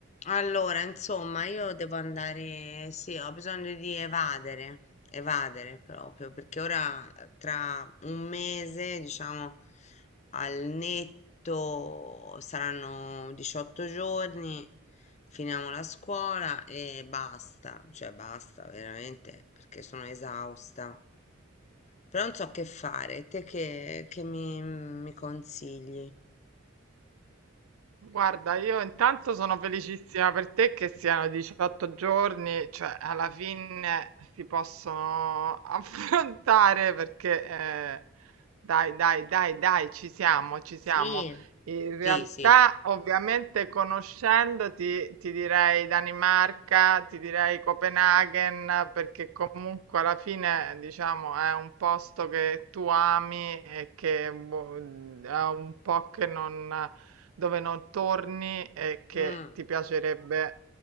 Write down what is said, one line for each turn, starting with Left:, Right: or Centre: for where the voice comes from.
Left: Allora, insomma, io devo andare, sì, ho bisogno di evadere, evadere proprio, perché ora eh, tra un mese, diciamo, al netto saranno 18 giorni, finiamo la scuola e basta, cioè basta veramente, perché sono esausta. Però non so che fare, te che, che mi, mi consigli?
Right: Guarda, io intanto sono felicissima per te che siano 18 giorni, cioè alla fine si possono <laughs> affrontare perché eh, dai, dai, dai, dai, ci siamo, ci siamo.
Left: Sì,
Right: In realtà,
Left: sì, sì.
Right: ovviamente, conoscendoti, ti direi Danimarca, ti direi Copenaghen, perché comunque alla fine, diciamo, è un posto che tu ami e che boh, è un po' che non, dove non torni e che
Left: Mm,
Right: ti piacerebbe